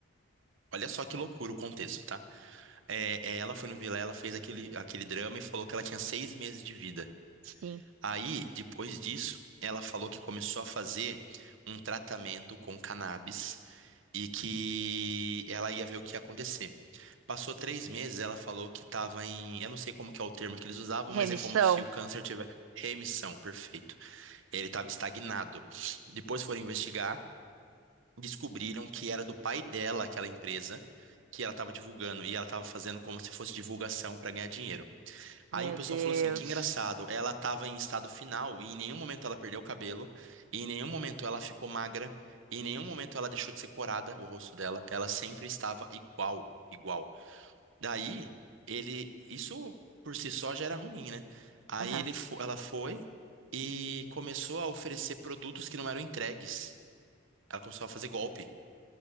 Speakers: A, on the right; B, on the right.
A: Olha só que loucura o contexto, tá? É, é, ela foi no Vilela, fez aquele, aquele drama e falou que ela tinha seis meses de vida.
B: Sim,
A: Aí, depois disso, ela falou que começou a fazer um tratamento com cannabis e que ela ia ver o que ia acontecer. Passou três meses, ela falou que estava em. Eu não sei como que é o termo que eles usavam,
B: remissão.
A: mas é como se o câncer tivesse remissão, perfeito. Ele estava estagnado. Depois foram investigar, descobriram que era do pai dela aquela empresa que ela estava divulgando, e ela estava fazendo como se fosse divulgação para ganhar dinheiro.
B: Meu
A: Aí o pessoal
B: Deus.
A: falou assim, que engraçado, ela estava em estado final e em nenhum momento ela perdeu o cabelo, e em nenhum momento ela ficou magra, e em nenhum momento ela deixou de ser corada, o rosto dela, ela sempre estava igual, igual. Daí, ele, isso por si só já era ruim, né? Aí
B: Aham.
A: ele, fo- ela foi e começou a oferecer produtos que não eram entregues. Ela começou a fazer golpe.